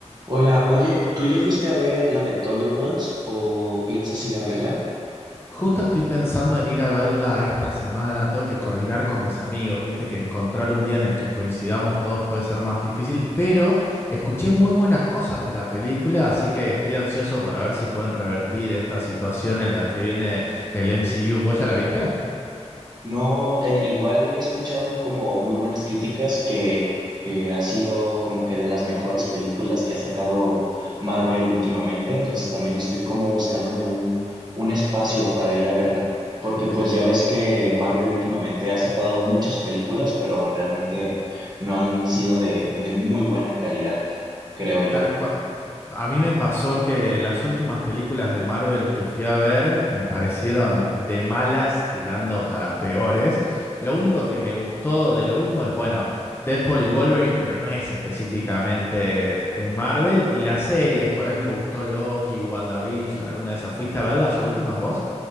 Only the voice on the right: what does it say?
Hola, oye, ¿tú ya fuiste a ver la de Thunderbolts o piensas ir a verla?
No, eh, igual he escuchado como muy buenas críticas que, que ha sido como que de las mejores películas que ha sacado Marvel últimamente, entonces también estoy como buscándome un, un espacio para ir a verla, porque pues
ya ves que Marvel últimamente ha sacado muchas películas, pero realmente no han sido de, de muy buena calidad, creo yo.